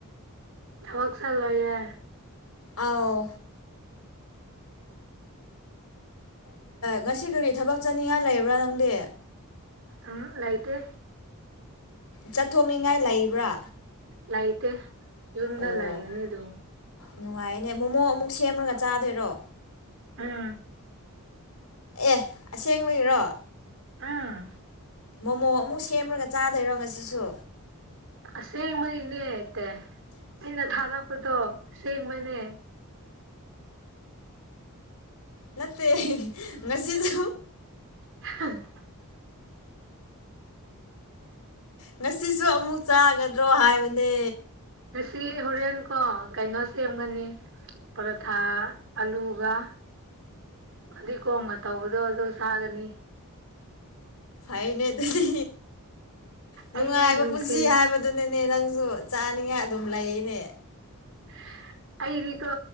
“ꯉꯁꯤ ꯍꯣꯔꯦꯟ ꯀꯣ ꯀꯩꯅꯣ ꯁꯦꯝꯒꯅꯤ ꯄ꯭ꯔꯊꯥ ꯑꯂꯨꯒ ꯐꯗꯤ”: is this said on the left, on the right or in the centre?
Right